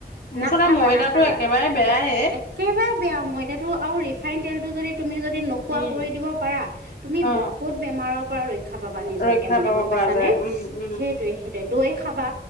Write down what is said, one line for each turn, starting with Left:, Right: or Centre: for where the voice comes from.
Left: মুঠতে
Right: নাখাবা,
Left: ময়দাটো
Right: নাখাবা।
Left: একেবাৰে বেয়ায়ে
Right: একেবাৰে বেয়া ময়দাটো আৰু ৰিফাইন তেলটো যদি তুমি যদি নোখোৱা
Left: উম
Right: কৰি দিব পাৰা। তুমি
Left: অ
Right: বহুত বেমাৰৰ পৰা ৰক্ষা পাবা নিজকে
Left: ৰক্ষা
Right: মানে
Left: পাব
Right: গম পাইছানে?
Left: পৰা যায় উম উম
Right: সেই <unintelligible> দৈ খাবা,